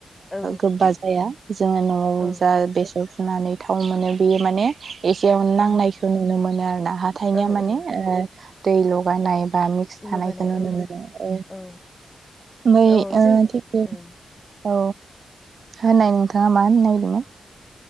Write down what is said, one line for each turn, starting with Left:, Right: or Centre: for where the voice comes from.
Left: औ
Right: गोबा जाया जोङो न'आव
Left: औ
Right: जा बेसर फुनानै थाव मोनो बेयो माने एसेयाव
Left: उम
Right: नांनायखौ नुनो मोनो आरो ना हाथाइनिया
Left: औ
Right: माने
Left: औ
Right: दै लगा ननायबा आ थानायखौ
Left: लगायनाय
Right: नुनो
Left: औ
Right: मोनो ओमफ्राय
Left: औ औ जों
Right: थिग बे
Left: उम
Right: औ होननाय नोंथाङा मा होननो नागिरदोंमोन